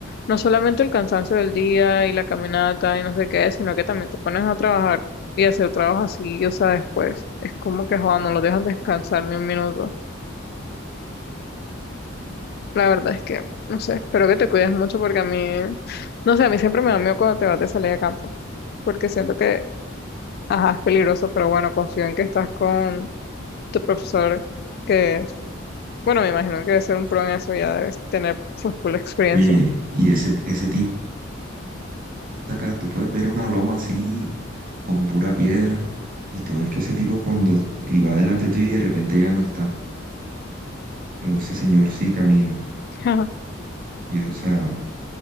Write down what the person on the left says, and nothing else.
no solamente el cansancio del día y la caminata y no sé qué, sino que también te pones a trabajar y hacer trabajo así, o sea, después. Es como que, joder, no lo dejas descansar ni un minuto. La verdad es que, no sé, espero que te cuides mucho porque a mí, no sé, a mí siempre me da miedo cuando te vas de salir a campo, porque siento que, ajá, es peligroso, pero bueno, confío en que estás con tu profesor, que, bueno, me imagino que debe ser un pro en eso, ya debes tener su full experiencia.
Ajá,